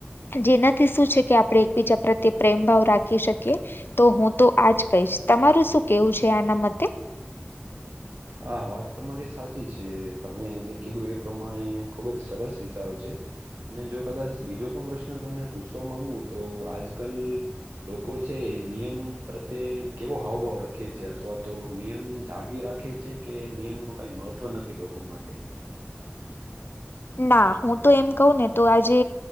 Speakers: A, on the left (about 60°); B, on the right (about 85°).
A: જેનાથી શું છે કે આપણે એકબીજા પ્રત્યે પ્રેમ ભાવ રાખી શકીએ તો હું તો આજ કહીશ તમારું શું કેવું છે આના મતે
B: હા વાત તમારી સાચી છે તમે જે કીધું એ પ્રમાણે ખુબ જ સરસ વિચારો છે અને જો કદાચ બીજો પણ પ્રશ્ન તમને પૂછવા માંગુ તો આજ કલ લોકો છે નિયમ પ્રત્યે કેવો હાવભાવ રખે છે અથવા તો નિયમ જાળવી રાખે છે જે કે નિયમ નું કઈ મહત્વ નથી લોકો માટે
A: ના હું તો એમ કહું ને તો આજે